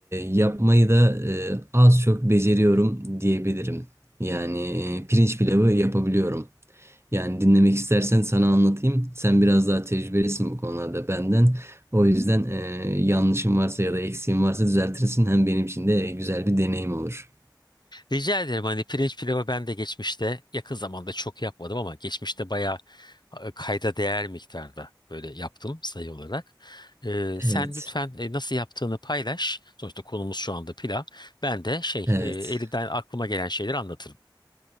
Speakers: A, on the right (about 30°); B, on the left (about 60°).
A: yapmayı da e, az çok beceriyorum diyebilirim. Yani e, pirinç pilavı yapabiliyorum. Yani dinlemek istersen sana anlatayım. Sen biraz daha tecrübelisin bu konularda benden. O yüzden eee yanlışım varsa ya da eksiğim varsa düzeltirsin. Hem benim için de e, güzel bir deneyim olur.
B: Rica ederim hani pirinç pilavı ben de geçmişte yakın zamanda çok yapmadım ama geçmişte bayağı e, kayda değer miktarda böyle yaptım sayı olarak. Eee,
A: Evet,
B: sen lütfen e, nasıl yaptığını paylaş. Sonuçta konumuz şu anda pilav. Ben de şey
A: evet.
B: e, elimden aklıma gelen şeyleri anlatırım.